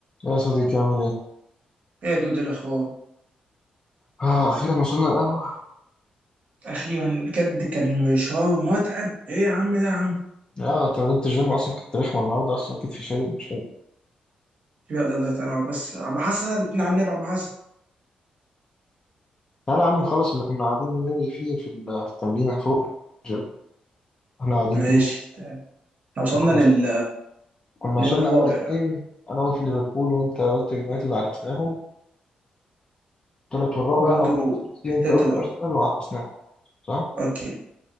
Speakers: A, on the left (about 30°); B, on the right (about 55°).
A: يا صديقي عامل ايه؟
B: ايه يا دود إيه الاخبار
A: اه اخيرا وصلنا القهوة
B: اخيرا بجد كان مشوار متعب ايه يا عم ده يا عم
A: اه تمرينة الجيم اصلا كانت رخمة النهاردة اصلا كتفي شادد مش قادر
B: يلا يلا تعالى نقعد بس عم حسن الاتنين على النبي عم حسن
A: تعالى يا عم نخلص اللي كنا قاعدين بنلغي فيه في ال- في التمرين فوق الجيم احنا قاعدين
B: ماشي
A: كده
B: تعالى احنا وصلنا
A: إحنا كنا
B: لل...
A: كنا
B: للرابع
A: وصلنا اول اتنين انا قلت ليفربول وانت قلت يونايتد عكسناهم التالت والرابع
B: وبرضه
A: انا قلت تشيلسي
B: التالت
A: وانت قلت ارسنال وعكسناهم صح؟
B: اوكي